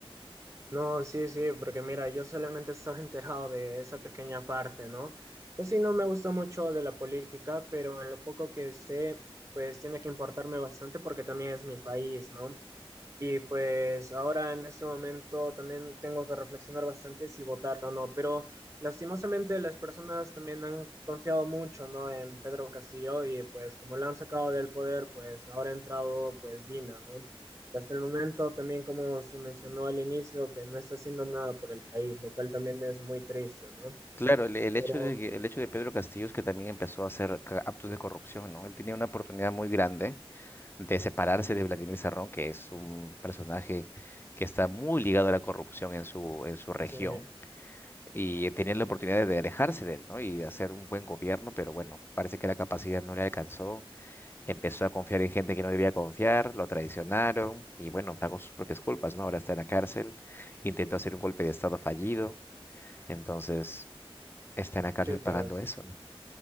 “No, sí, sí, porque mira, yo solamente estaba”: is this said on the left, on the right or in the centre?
Right